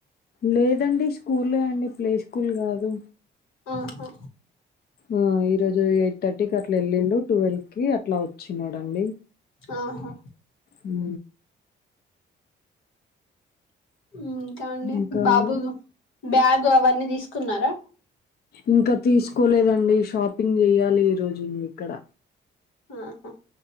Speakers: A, on the left (about 50°); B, on the left (about 80°).
A: లేదండి స్కూలే అండి ప్లే స్కూల్ కాదు
B: ఆహా
A: ఆ ఈరోజు ఎయిట్ థర్టీ కి అట్లా వెళ్ళిండు ట్వెల్వ్ కి అట్లా వచ్చినాడండి
B: ఆహా
A: ఊ
B: ఊ ఇంకా అండి
A: ఇంకా
B: బాబు
A: అండి
B: బ్యాగు అవన్నీ తీసుకున్నారా
A: ఇంకా తీసుకోలేదండి షాపింగ్ చెయ్యాలి ఈ రోజు ఇంగిక్కడ
B: ఆహా